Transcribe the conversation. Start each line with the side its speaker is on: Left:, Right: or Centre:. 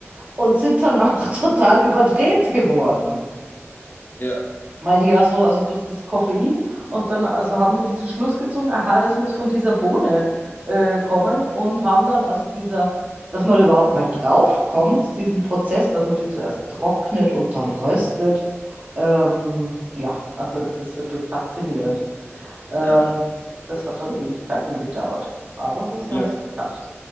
Right: und sind dann auch <laughs> total überdreht geworden
Left: ja,
Right: weil die ja so, also durch dieses Koffein und dann, also haben die diesen Schluss gezogen, aha, das muss von dieser Bohne äh, kommen und haben dann, also dieser, dass man überhaupt mal drauf kommt, diesen Prozess, dass man die zuerst trocknet und dann röstet. Ähm, ja, also das ist wirklich faszinierend. Ähm,
Left: ja,
Right: das hat dann Ewigkeiten gedauert. Aber so, sie
Left: ja.
Right: haben es geschafft.